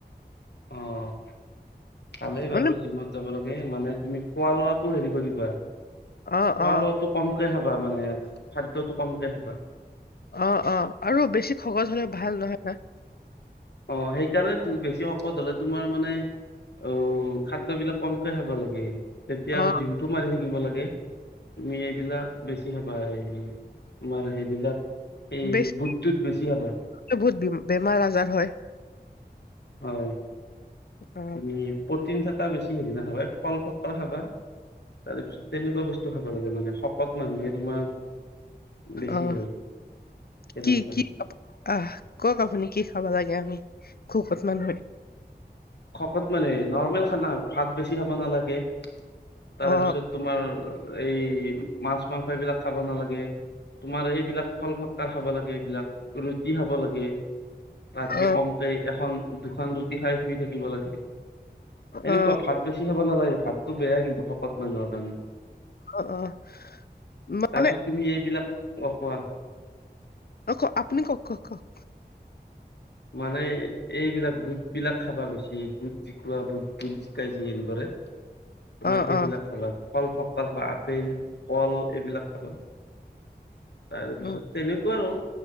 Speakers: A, on the left; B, on the left.
A: অ'। ভালেই বাৰু
B: মানে
A: জিমত যাব লাগে মানে তুমি খোৱা লোৱা তটো হেৰি কৰিবা খোৱা
B: অ অ
A: লোৱাত টো কমকে খাবা মানে খাদ্যত টো কমকে খাবা।
B: অ'অ' আৰু বেছি সহজ হলে ভাল নহয় না।
A: অ'সেইকাৰণে তো বেছি শকত হলে তোমাৰ মানে অ' খাদ্য বিলাক কমকে খাব লাগে। তেতিয়া আৰু
B: অ
A: জিমটো মাৰি থাকিব লাগে। তুমি এইবিলাক বেছি খাবা <unintelligible> তোমাৰ সেইবিলাক এই
B: বেছি
A: বুট টোত বেছি হাবা
B: <unintelligible> বহুত বিম বেমাৰ আজাৰ হয়।
A: হয়।
B: অ
A: তুমি প্ৰটিন থকা বেছি হেৰি নাখাবা এই ফল ফ ফল খাবা তাৰপিছত তেনেকুৱা বস্তু খাব লাগে মানে শকত মানুহে তোমাৰ বেছি
B: অ',
A: হয় তেনেকুৱা
B: কি কি <unintelligible> আহ কওঁক আপুনি কি খাব লাগে আমি খুকত মানুহে
A: খকত মানে নৰ্মেল খানা ভাত বেছি খাব নালাগে, তাৰে
B: অ
A: পিছত তোমাৰ এই মাছ মাংস এইবিলাক খাব নালাগে। তোমাৰ এইবিলাক ফল ফতকাৰ খাব লাগে এইবিলাক ৰুটি খাব লাগে। ৰাতি
B: অ
A: কমকে এখন দুখন ৰুটি খাই শুই থাকিব লাগে। এনেকুৱা
B: অ
A: ভাত বেছি খাব নালাগে ভাতটো বেয়া কিন্তু শকত মানুহৰ কাৰণে।
B: অ', অ', মা
A: তাৰপিছত
B: নে
A: তুমি এইবিলাক অ', কোৱা
B: অ', ক আপুনি কওঁক কক কক
A: মানে এই এইবিলাক বুট বিলাক খাবা বেছি বুট জিকোৱা বুট বুট জিকাই যি হেৰি কৰে তোমাৰ
B: অ
A: সেইবিলাক
B: অ
A: খাবা। ফল ফটকা খাবা আপেল, কল এইবিলাক খাবা। তাৰপিছত
B: উম
A: তেনেকুৱা অ',